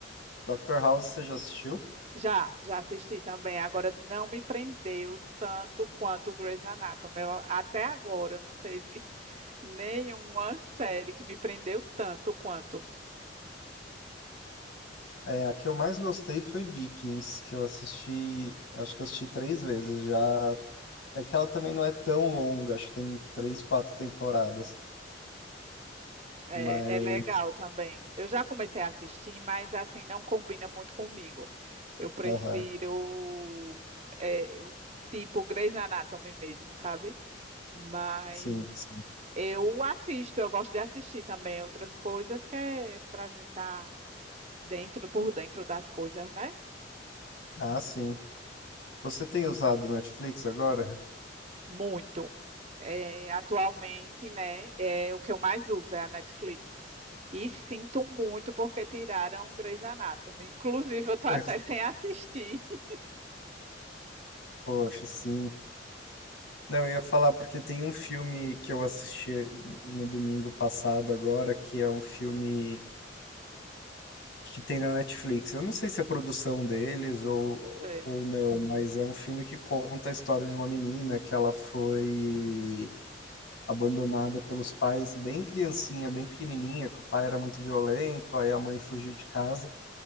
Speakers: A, on the left; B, on the right.
A: Dr. House, você já assistiu?
B: Já, já assisti também. Agora não me prendeu tanto quanto o Grey's Anatomy. Eu, até agora não teve <laughs> nenhuma série que me prendeu tanto quanto.
A: É, a que eu mais gostei foi Vikings, que eu assisti, acho que eu assisti três vezes já. É que ela também não é tão longa, acho que tem três, quatro temporadas.
B: É,
A: Mas,
B: é legal também. Eu já comecei a assistir, mas assim não combina muito comigo. Eu prefiro
A: aham,
B: é, o tipo Grey's Anatomy mesmo, sabe? Mas
A: sim, sim.
B: eu assisto, eu gosto de assistir também outras coisas que é pra gente estar dentro, por dentro das coisas, né?
A: Ah, sim. Você tem usado Netflix agora?
B: Muito. É, atualmente, né, é, o que eu mais uso é a Netflix. E sinto muito porque tiraram Grey's Anatomy. Inclusive, eu tô
A: <laughs>
B: até sem assistir. <laughs>
A: Poxa, sim. Não, eu ia falar porque tem um filme que eu assisti no domingo passado agora, que é um filme que tem na Netflix. Eu não sei se é produção deles ou,
B: Sei,
A: ou não, mas é um filme que conta a história de uma menina que ela foi abandonada pelos pais bem criancinha, bem pequenininha, que o pai era muito violento, aí a mãe fugiu de casa